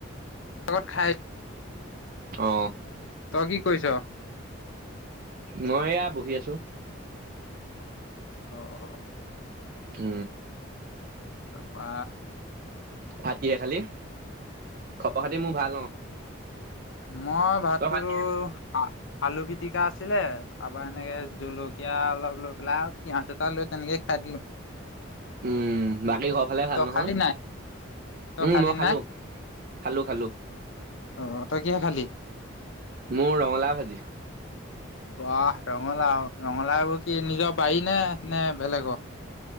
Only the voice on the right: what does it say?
অ।
মই এয়া বহি আছো
উ
ভাত কিহে খালি, খবৰ খাতি মোৰ ভাল অ।
তই ভাত
উম, বাকী ঘৰ ফালে ভাল
নহয়।
উম
মই খালো,
খালো খালো।
মোৰ ৰঙালাও ভাজি।